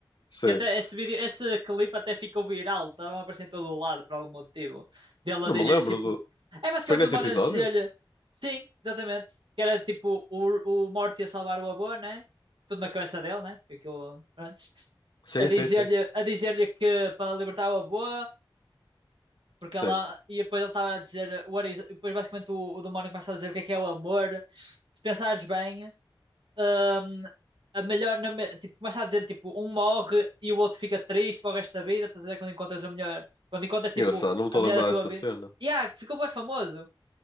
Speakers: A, on the left; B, on the right.
A: Sim,
B: Que até esse vídeo, esse clipe até ficou viral, estava a aparecer em todo o lado por algum motivo. Dele
A: não
B: a dizer
A: me lembro
B: simples.
A: do.
B: É basicamente
A: Foi nesse
B: o demónio
A: episódio?
B: a dizer-lhe sim, exatamente. Que era tipo o, o Morty a salvar o avô, né? Tudo na cabeça dele, né? Porque Aquilo antes.
A: Sim,
B: A dizer-lhe
A: sim, sim.
B: a dizer-lhe que para libertar o avô, porque
A: Sim,
B: ela. E depois ele estava a dizer. What is... Depois basicamente o, o demónio começa a dizer o que é que é o amor. Se pensares bem, hum, a melhor, na me- tipo, começa a dizer, tipo, um morre e o outro fica triste para o resto da vida, estás a ver? Quando encontras a melhor, quando encontras, tipo,
A: engraçado, não me estou
B: a mulher
A: a lembrar
B: da tua
A: dessa
B: vida.
A: cena.
B: E ah, ficou bem famoso.